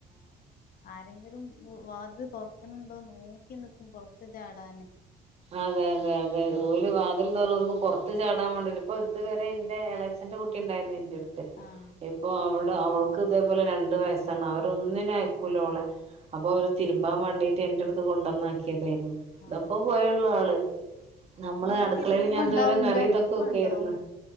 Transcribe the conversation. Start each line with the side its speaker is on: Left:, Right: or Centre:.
Left: ആരെങ്കിലും വാതില് തൊറക്ക് ണ്ണ്ടോ നോക്കി ന്ക്കും പൊറത്ത് ചാടാന്
Right: അതെ അതെ അതെ
Left: ആഹ്
Right: ഓല് വാ <unintelligible> പൊറത്ത് ചാടാൻ വേണ്ടിട്ട്. ഇപ്പൊ ഇതുവരെ ഇന്റെ എളേച്ഛന്റെ കുട്ടിണ്ടായിരുന്നു ഇന്റെ അട്ത്ത്
Left: ആഹ്
Right: ഇപ്പൊ അവൾടെ അവൾക്ക് ഇതേപോലെ രണ്ട് വയസ്സാണ്. അവര് ഒന്നിനയക്കൂല ഓളെ. അപ്പോ അവര്
Left: ആഹ്
Right: തിര് തിര്മ്പാ വേണ്ടീട്ട് ഇന്റെറ അടുത്ത് കൊണ്ടന്നാക്കിയതായിരുന്നു. ഇത
Left: ആഹ്
Right: ഇപ്പൊ പോയെള്ളു ആള് നമ്മള്
Left: ഞാൻ
Right: അടുക്കളയില്
Left: തിരുമ്പുമ്പോ
Right: ഞാ ഇതുവരെ
Left: ഉണ്ടാവും
Right: കറി
Left: ഇന്റെ ഒപ്പം
Right: ഇതൊക്കെ വെക്കായിരുന്നു
Left: ഉണ്ടാവും